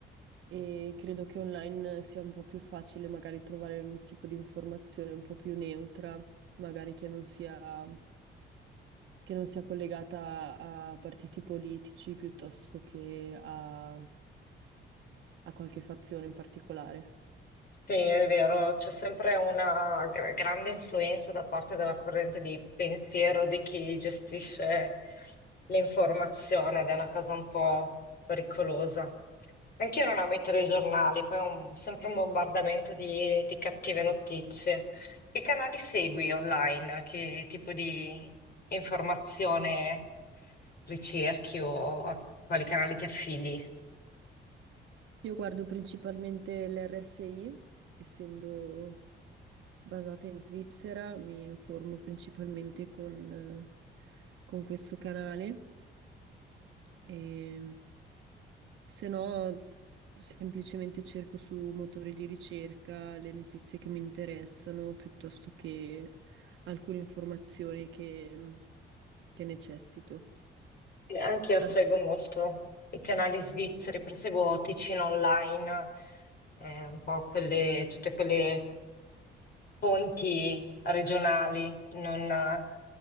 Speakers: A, on the right (about 75°); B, on the left (about 50°).
A: e credo che online sia un po' più facile magari trovare un tipo di informazione un po' più neutra, magari che non sia, che non sia collegata a partiti politici piuttosto che a a qualche fazione in particolare.
B: Sì, è vero, c'è sempre una gra- grande influenza da parte della corrente di pensiero di chi gestisce l'informazione ed è una cosa un po' pericolosa. Anch'io non amo i telegiornali, poi è un- sempre un bombardamento di, di cattive notizie. Che canali segui online? Che tipo di informazione ricerchi o a quali canali ti affidi?
A: Io guardo principalmente l'RSI, essendo basata in Svizzera, mi informo principalmente con, eh, con questo canale e se no semplicemente cerco su motori di ricerca le notizie che mi interessano piuttosto che alcune informazioni che, che necessito.
B: Anche io seguo
A: An-
B: molto i canali svizzeri, proseguo Ticino Online, eh, un po' quelle, tutte quelle fonti regionali, non eh,